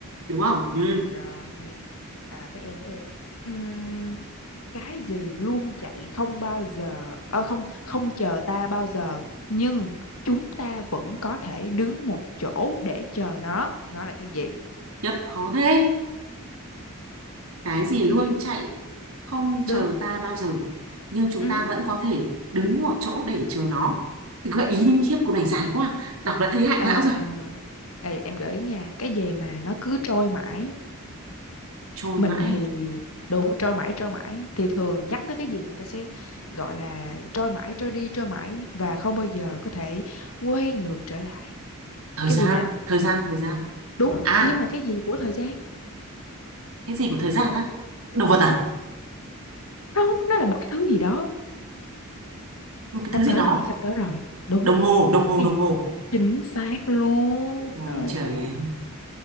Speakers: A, on the right; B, on the left.
A: đúng không ừ
B: Đó, Rồi, à, tới em tới em. Ừm, cái gì luôn chạy không bao giờ ờ, không không chờ ta bao giờ nhưng chúng ta vẫn có thể đứng một chỗ để chờ nó. Nó là cái gì?
A: Nhật khó thế,
B: Chấp
A: cái gì luôn
B: Gì?
A: chạy không
B: Đúng.
A: chờ ta bao giờ, nhưng chúng
B: Ừ.
A: ta vẫn có thể đứng một chỗ để chờ nó. Thì gợi ý
B: Ừ.
A: đi khiếp, cô này dài quá, đọc đã thấy hại
B: À,
A: não rồi.
B: ê, em gợi ý nha, cái gì mà nó cứ trôi mãi
A: Trôi
B: mình
A: mãi,
B: thì đúng trôi mãi trôi mãi thì thường nhắc tới cái gì người ta sẽ gọi là trôi mãi trôi đi trôi mãi và không bao giờ có thể quay ngược trở lại
A: thời
B: cái
A: gian,
B: gì nào
A: thời gian, thời gian.
B: đúng
A: À,
B: nhưng mà cái gì của thời gian
A: cái gì của thời gian á? Động vật à?
B: Ừ, không nó là một cái thứ gì đó
A: Một cái
B: sắp
A: thứ gì
B: tới
A: đó.
B: rồi sắp tới rồi đúng
A: Đồng hồ, đồng hồ,
B: cái
A: đồng
B: gì
A: hồ.
B: chính xác luôn
A: Ôi
B: trời
A: trời
B: ơi
A: ơi,